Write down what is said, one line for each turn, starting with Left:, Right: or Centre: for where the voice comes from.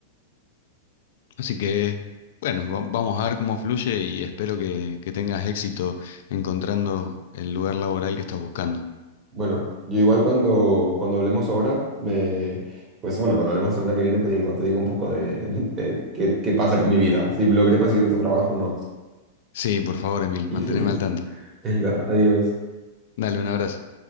Left: Así que, bueno, va- vamos a ver cómo fluye y espero que, que tengas éxito encontrando el lugar laboral que estás buscando.
Right: Bueno, yo igual cuando, cuando hablemos ahora, me... Pues bueno, cuando hablemos la semana que viene te digo, te digo un poco de, de qué, qué pasa con mi vida, si logré conseguir otro trabajo o no.
Left: Sí, por favor, Emil,
Right: <laughs>
Left: manteneme al tanto.
Right: Venga, adiós.
Left: Dale, un abrazo.